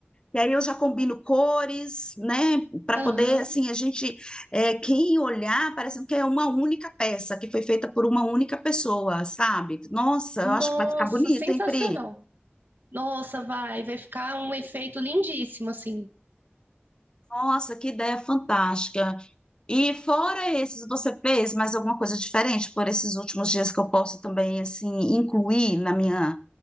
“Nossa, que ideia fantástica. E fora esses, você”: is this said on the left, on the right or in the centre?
Left